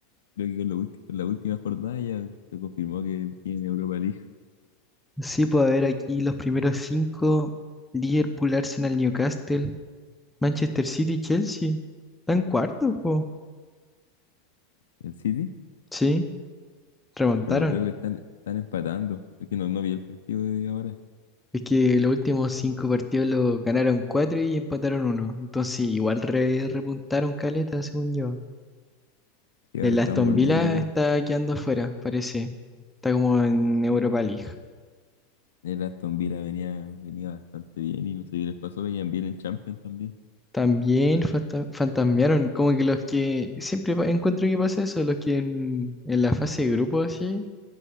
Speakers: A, on the left; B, in the centre.
A: creo que con, lo último, con la última jornada ya se confirmó que tiene Europa League
B: Sí, puedo ver aquí los primeros cinco: Liverpool, Arsenal, Newcastle, Manchester City, Chelsea. Están cuarto, po.
A: el City,
B: Sí, remontaron.
A: pero creo que están, están empatando. Es que no, no vi el partido de ahora.
B: Es que los últimos cinco partidos lo ganaron cuatro y empataron uno. Entonces igual re- repuntaron caleta, según yo.
A: Sí,
B: El
A: ahora están
B: Aston
A: volviendo
B: Villa
A: igual.
B: está quedando afuera, parece. Está como en Europa League.
A: El Aston Villa venía, venía bastante bien y no sé qué les pasó, venían bien en Champions también.
B: También fanta- fantasmearon, como que los que siempre pa- encuentro que pasa eso, los que en, en la fase de grupo así.